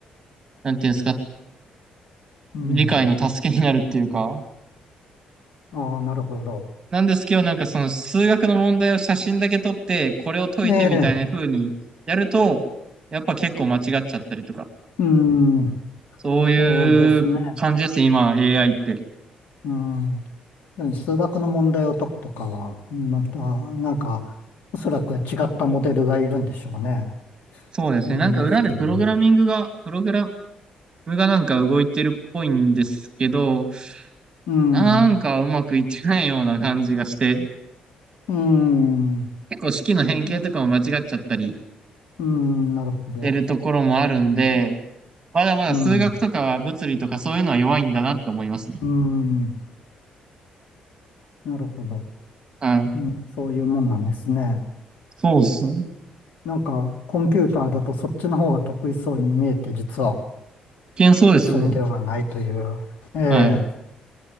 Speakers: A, on the right (about 30°); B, on the left (about 85°).
A: なんていうんですか、
B: うん。
A: 理解の助けになるっていうか。
B: ああ、なるほど。
A: なんですけど、なんかその数学の問題を写真だけ撮って、これを解いてみたいな風にやると、
B: ええ、
A: やっぱ結構間違っちゃったりとか、
B: うん、
A: そういう感じですね、
B: そうですね。
A: 今 AI って。
B: うん何数学の問題を解くとかは、また、なんか、おそらく違ったモデルがいるんでしょうね。
A: そうですね。
B: うん。
A: なんか裏でプログラミングが、プログラムがなんか動いてるっぽいんですけど、
B: うん。
A: なんかうまくいってないような感じがして、
B: うん。
A: 結構式の変形とかも間違っちゃったりし
B: な、うん、なるほど。
A: てるところもあるんで、まだまだ数学とかは物理とかそういうのは弱いんだなって思いますね。
B: うん。うん。なるほど。
A: はい。
B: うん、そういうもんなんですね。
A: そうっすね。
B: なんか、コンピューターだとそっちの方が得意そうに見えて、実は
A: 一見そうですよね。
B: そうではないという。ええ。
A: はい。